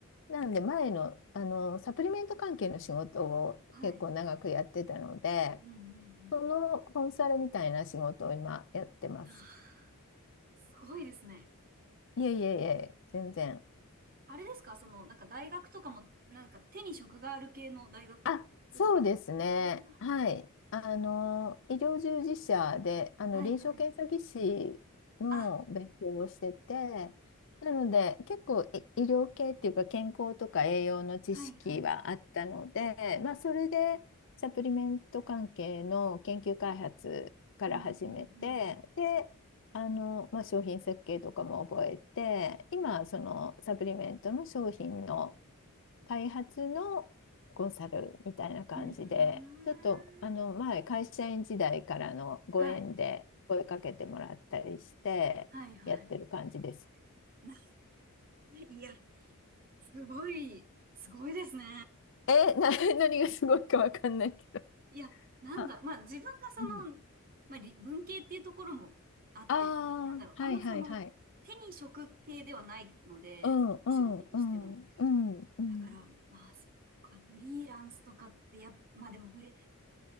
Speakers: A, on the left; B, on the right.
A: なんで前の、あの、サプリメント関係の仕事を結構長くやってたので、
B: はい。うんうん
A: そのコンサルみたいな仕事を今やってます。
B: うん。あーすごいですね。
A: いえいえいえ、全然。
B: あれですかその、なんか大学とかも、なんか手に職がある系の大学の学、
A: あ、そうですね。
B: ああ、
A: はい。あの、
B: いや、
A: 医療従事者で、あの、
B: はいはい。
A: 臨床検査技師の勉強をしてて、
B: あ、
A: なので、結構い医療系っていうか、健康とか栄養の知識はあったので、
B: はいはい。
A: まあ、それで、サプリメント関係の研究開発から始めて、
B: うんうんうん。
A: で、あの、まあ、商品設計とかも覚えて、今、そのサプリメントの商品の、開発のコンサルみたいな感じで、
B: うー
A: ちょっとあの前、
B: ん。
A: 会社員時代からのご縁で声かけてもらったりして、
B: はいはいはい。
A: やってる感じです。
B: <laughs> な、いや、すごい、すごいですね。
A: え、な、<laughs> 何がすごいかわかんないけど。
B: いや、なんだ、
A: あ、
B: まあ自分がその、
A: うん。
B: まあ理文系っていうところもあって、
A: ああ、
B: なんだろう、あんまその、
A: はいはいはい。
B: 手に職系ではないので、
A: うんうんうんうんうん
B: 仕事としても。だから、まあ、そうか、フリーランスとかってやっ、まあでもフレ、